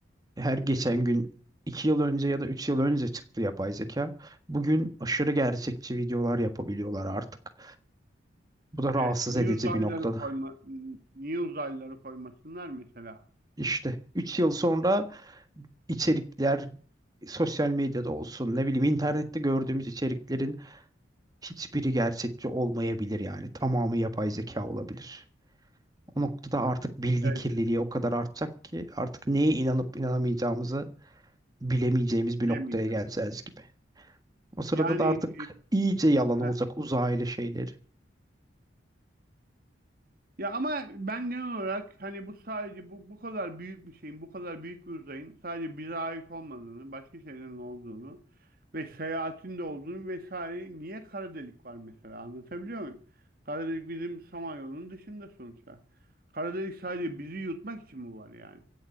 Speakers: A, on the right (about 20°); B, on the right (about 50°).
A: Her geçen gün 2 yıl önce ya da 3 yıl önce çıktı yapay zeka. Bugün aşırı gerçekçi videolar yapabiliyorlar artık. Bu da rahatsız
B: Evet. Niye
A: edici
B: uzaylıları
A: bir noktada.
B: koyma, niye uzaylıları koymasınlar mesela?
A: İşte 3 yıl sonra içerikler sosyal medyada olsun ne bileyim internette gördüğümüz içeriklerin hiçbiri gerçekçi olmayabilir yani. Tamamı yapay zeka olabilir. O noktada artık bilgi
B: Evet.
A: kirliliği o kadar artacak ki artık neye inanıp inanamayacağımızı bilemeyeceğimiz
B: Bilemeyeceğiz.
A: bir noktaya geleceğiz gibi. O sırada
B: Yani
A: da artık iyice yalan olacak
B: e,
A: uzaylı şeyleri.
B: Ya ama ben genel olarak hani bu sadece bu bu kadar büyük bir şeyin, bu kadar büyük bir uzayın sadece bize ait olmadığını, başka şeylerin olduğunu ve seyahatin de olduğunu vesaire niye kara delik var mesela anlatabiliyor muyum? Kara delik bizim Samanyolu'nun dışında sonuçta. Kara delik sadece bizi yutmak için mi var yani?